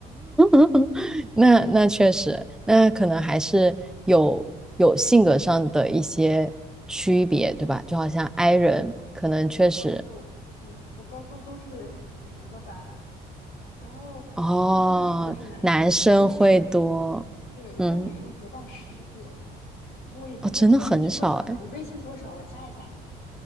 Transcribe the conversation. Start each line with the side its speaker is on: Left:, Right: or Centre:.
Centre: <laughs> 那那确实，那可能还是有有性格上的一些区别，对吧？就好像
Left: 哎主要是对，
Centre: i 人可能确实
Left: 主要是我，嗯，我高中都是理科班，然后就基本上都是男生，
Centre: 哦，男生会多，
Left: 我们班女生，对，我们班女生不到十个，
Centre: 嗯。
Left: 然后我也不会特意去问他们，
Centre: 哦，真的很少哎。
Left: 你微信多少，我加一下你